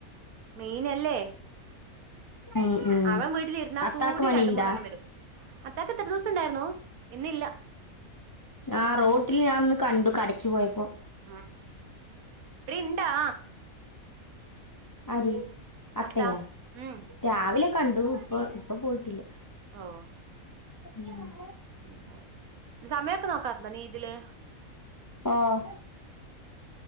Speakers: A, on the right; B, on the left.
A: മെയ്‌നല്ലേ
B: ഉം ഉം
A: അവൻ വീട്ടിലിരുന്നാകൂടി
B: അത്താക്ക് പണിയുണ്ടാ
A: രണ്ട് മൂന്നെണ്ണം വെരും അത്താക്കെത്രദിവസം ഇണ്ടാർന്നു ഇന്നില്ല
B: ആഹ് റോട്ടില്ഞാ അന്ന് കണ്ടു കടക്ക് പോയപ്പൊ
A: അഹ് ഇവിടിണ്ടാ
B: ആരീ അത്തയാ
A: അത്താ ഉം
B: രാവിലെ കണ്ടു ഇപ്പ ഇപ്പ പോയിട്ടില്ല
A: ഓഹ്
B: ഉം
A: ഉം സമയൊക്കെ നോക്കാറുണ്ടോ നീ ഇതില്
B: ഓഹ്